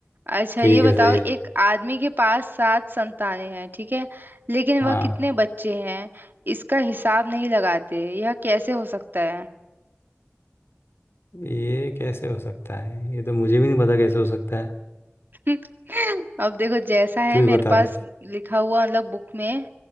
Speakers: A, on the right; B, on the left.
A: अच्छा
B: ठीक
A: ये बताओ
B: है सही है
A: एक आदमी के पास सात संतानें हैं ठीक है लेकिन
B: हाँ
A: वह कितने बच्चे हैं इसका हिसाब नहीं लगाते यह कैसे हो सकता है
B: ये कैसे हो सकता है ये तो मुझे भी नहीं पता कैसे हो सकता है
A: <laughs> अब देखो जैसा है
B: तू ही
A: मेरे
B: बता
A: पास
B: दे
A: लिखा हुआ मतलब बुक में